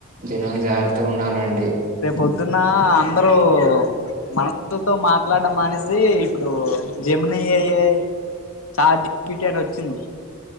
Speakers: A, on the right; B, on the left.
A: దినం జాగ్రత్తగా ఉండాలండి
B: రేపు ప్రొద్దున ఆ అందరూ మనుషుల తో మాట్లాడడం మానేసి ఇప్పుడు జెమిని ఏఐ చాట్ <unintelligible> అని వచ్చింది